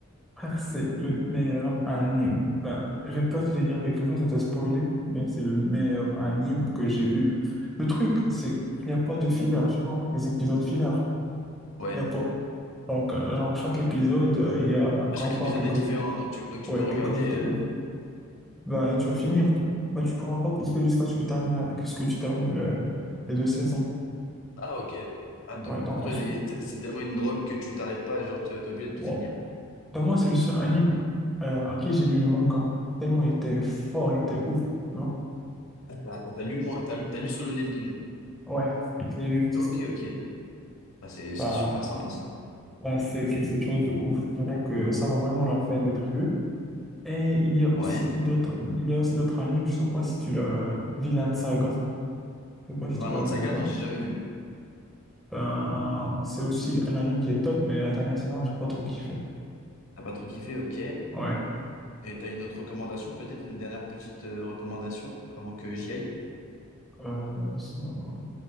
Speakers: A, in the centre; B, on the left (about 60°).
A: Frère, c'est le meilleur anime. Ben, j'ai peur de te dire quelque chose, ça te spoiler, mais c'est le meilleur anime que j'ai vu. Le truc, c'est qu'il n'y a pas de filler, tu vois, les épisodes filler,
B: Ouais.
A: il n'y a pas. Donc, euh, genre, chaque épisode, euh, il y a un
B: À
A: combat,
B: chaque épisode
A: quelque,
B: est différent, donc tu, donc tu
A: ouais,
B: peux regarder.
A: quelque chose de
B: euh,
A: ouf. Ben, tu vas finir tout. Ben, tu pourras pas couper jusqu'à ce que tu termines, la- que ce que tu termines euh, les deux saisons.
B: Ah ok. Ah, donc
A: Ouais, donc
B: pour
A: en
B: toi,
A: soi,
B: il- t- c'est tellement une drogue que tu t'arrêtes pas, genre t'es t'es obligé de tout
A: wow.
B: finir.
A: Ben, moi, c'est le seul anime euh, à qui j'ai lu le manga. Tellement il était fort, il était ouf, tu vois.
B: Ah, t'as t'as lu le, man- t'as, lu t'as lu Solo Leveling.
A: Ouais, je l'ai lu.
B: Ok, ok. Bah, c'est c'est
A: Enfin,
B: super sympa ça.
A: enfin, c'est quelque chose de ouf. Je dirais que ça vaut vraiment la peine d'être vu. Et il y a aussi
B: Ouais.
A: d'autres, il y a aussi d'autres animes. Je sais pas si tu l'as, Vinland Saga. Je sais pas si
B: Vinland
A: tu l'as vu
B: Saga,
A: ou pas.
B: non, j'ai jamais vu.
A: Ben, c'est aussi un anime qui est top, mais la dernière saison, j'ai pas trop kiffé.
B: T'as pas trop kiffé, ok.
A: Ouais.
B: Et t'as une autre recommandation, peut-être une dernière petite euh, recommandation avant que j'y aille?
A: Euh, ça, alors,